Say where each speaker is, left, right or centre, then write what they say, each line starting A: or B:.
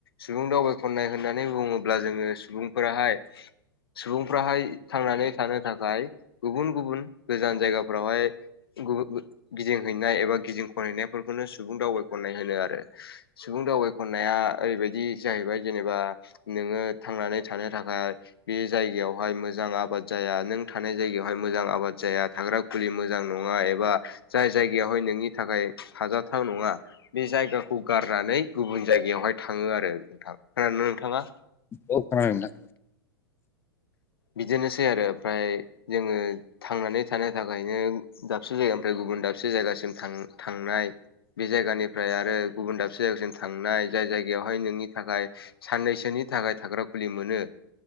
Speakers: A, on the left; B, on the left.
A: सुबुं दावबाय ख'नाय होननानै बुङोब्ला जोङो सुबुंफोराहाय। सुबुंफ्राहाय थांनानै थानो थाखाय गुबुन गुबुन गोजान जायगाफ्रावहाय गुब गिदिंहैनाय एबा गिदिं खनहैनायफोरखौनो सुबुं दावबायखननाय होनो आरो। सुबुं दावबायखननाया ओरैबायदि जाहैबाय जेनेबा। नोङो थांनानै थानो थाखाय। बे जायगायावहाय मोजां आबाद जाया नों थानाय जायगायावहाय मोजां आबाद जाया थाग्रा फुलि मोजां नङा एबा जाय जायगायावहाय नोंनि थाखाय थाजाथाव नङा। बे जायगाखौ गारनानै गुबुन जायगायावहाय थाङो आरो नोंथां खोनानोा नोंथाङा
B: औ खोनांदों नोंथां।
A: बिदिनोसै आरो ओमफ्राय जोङो थांनानै थानो थाखायनो दाबसे जायगानिफ्राय गुबुन दाबसे जायगासिम थां-थांनाय बे जायगानिफ्राय आरो गुबुन दाबसे जायगासिम थांनाय जाय जायगायावहाय नोंनि थाखाय साननैसोनि थाखाय थाग्रा खुलि मोनो